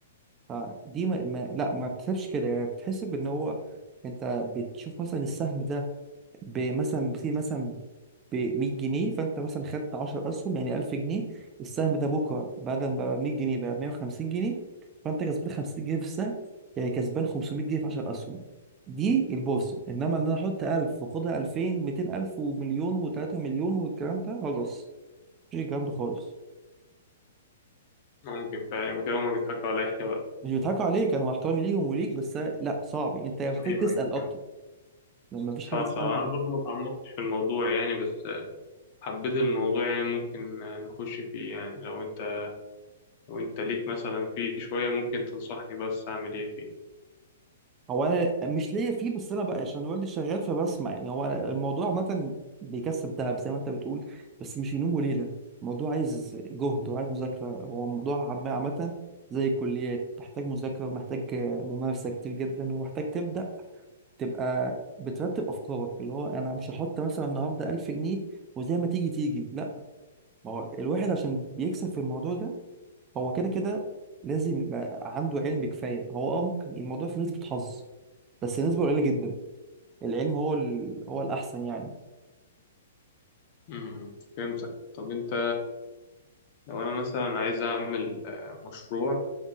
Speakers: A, on the right; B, on the left.
A: فدي ما, ما لا ما بتحسبش كده يعني بتحسب ان هو انت بتشوف مثلا السهم ده بمثلا في مثلا ب 100 جنيه فانت مثلا خدت 10 اسهم يعني 1000 جنيه السهم ده بكره بعد ما بقى 100 جنيه بقى 150 جنيه فانت كسبان 50 جنيه في السهم يعني كسبان 500 جنيه في 10 اسهم دي البورصه انما ان انا احط 1000 واخدها 2000 200000 ومليون و3 مليون والكلام ده هجص مفيش الكلام ده خالص
B: ممكن فاهم كده هما بيضحكوا عليا <laughs> بقى
A: مش بيضحكوا عليك انا مع احترامي ليهم وليك بس لا صعب يعني انت محتاج
B: أيوه
A: تسال
B: أيوه
A: اكتر
B: فهمت.
A: لان مفيش
B: صح
A: حاجه اسمها
B: صح أنا برضو ما تعمقتش في الموضوع يعني بس آه، حبيت الموضوع يعني ممكن آه، نخش فيه يعني لو أنت لو أنت ليك مثلا فيه شوية ممكن تنصحني بس أعمل إيه فيه
A: هو انا مش ليا فيه بس انا بقى عشان والدي شغال فبسمع يعني هو أنا الموضوع عامه بيكسب دهب زي ما انت بتقول بس مش ينوم وليله الموضوع عايز جهد وعايز مذاكره هو الموضوع عام- عامه زي الكليات محتاج مذاكره ومحتاج ممارسه كتير جدا ومحتاج تبدا تبقى بترتب افكارك اللي هو انا مش هحط مثلا النهارده 1000 جنيه وزي ما تيجي تيجي لا ما هو الواحد عشان بيكسب في الموضوع ده هو كده كده لازم يبقى عنده علم كفايه هو اه ممكن الموضوع في نسبه حظ بس نسبة قليلة جدا العلم هو ال... هو الأحسن يعني
B: مم. فهمتك طب أنت لو أنا مثلا عايز أعمل آه، مشروع